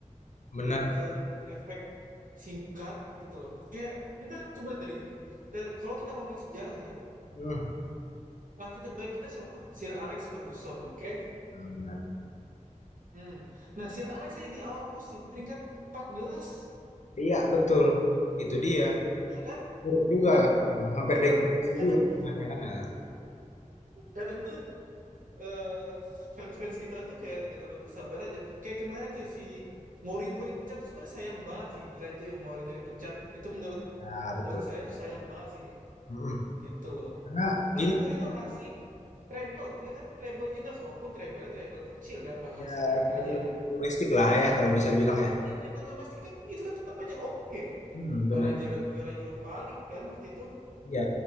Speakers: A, on the right; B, on the left.
A: memberikan
B: bener,
A: efek singkat gitu loh. Kayak kita coba lihat dari dan kalau kita ngomongin sejarah ya,
B: mhm,
A: Pelatih terbaik kita siapa? Sir Alex Ferguson, oke?
B: benar,
A: Hmm. Nah, Sir Alex saya di awal musim peringkat 14,
B: iya betul, itu dia.
A: ya kan?
B: Buruk juga
A: Nah,
B: kan, eee, hampir
A: kita
B: degradasi
A: kadang
B: juga lingkungannya
A: tuh,
B: kan, heeh.
A: kadang tuh eh, fans-fans kita tuh kayak nggak terlalu bersabar aja. Kayak kemarin tuh si Mourinho dipecat tuh sebenarnya sayang banget sih. Gila itu yang Mourinho dipecat. Itu menurut
B: Ah, betul,
A: menurut saya tuh sayang banget sih,
B: mhm.
A: gitu loh.
B: Karena
A: Padahal
B: gini,
A: Mourinho ngasih treble, ya kan? Treble winners walaupun treble treble kecil ya bahasa
B: ya
A: merekanya.
B: trouble
A: Ya
B: domestik lah ya kalau bisa dibilang ya.
A: Iya, treble domestik kan itu kan tetap aja oke.
B: Mhm,
A: karena
B: benar.
A: juara, juara Europa League kan waktu itu.
B: Iya,